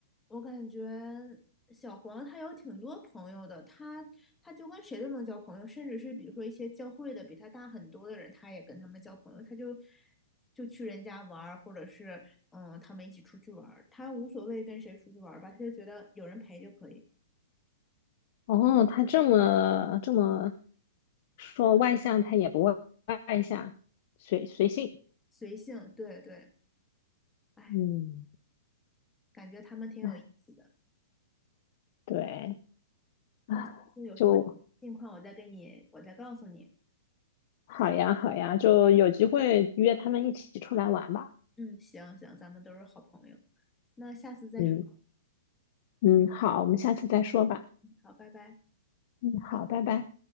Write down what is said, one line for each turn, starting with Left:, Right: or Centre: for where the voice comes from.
Centre: 我感觉小黄他有挺多朋友的，他他就跟谁都能交朋友，甚至是比如说一些教会的比他大很多的人，他也跟他们交朋友，他就就去人家玩儿，或者是嗯他们一起出去玩儿，他无所谓跟谁出去玩儿吧，他就觉得有人陪就可以，
Left: 哦，他这么这么说外向，他也不外外向，随随性。
Centre: 随性，对对。哎
Left: 嗯，
Centre: 感觉他们挺有意思的。
Left: 哎，对，啊，
Centre: 那下次有什么近况，
Left: 就
Centre: 我再跟你，我再告诉你。
Left: 好呀，好呀，就有机会约他们一起出来玩吧。
Centre: 嗯，行行，咱们都是好朋友。那下次再说，
Left: 嗯嗯，好，我们下次再说吧。
Centre: 好，拜拜。
Left: 嗯，好，拜拜。